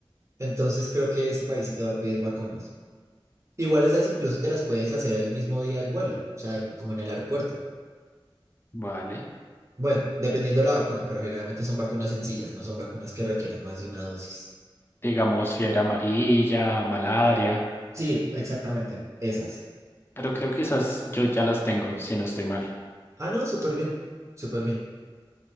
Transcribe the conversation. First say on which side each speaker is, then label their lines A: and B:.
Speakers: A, on the right; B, on the left.
A: Entonces creo que ese país sí te va a pedir vacunas. Igual esas incluso te las puedes hacer el mismo día del vuelo, o sea, en- como en el aeropuerto.
B: vale.
A: Bueno, dependiendo de la vacuna, pero generalmente son vacunas sencillas, no son vacunas que requieran más de una dosis.
B: Digamos fiebre amarilla, malaria.
A: Sí, exactamente, esas.
B: Pero creo que esas yo ya las tengo, si no estoy mal.
A: Ah, no, súper bien, súper bien.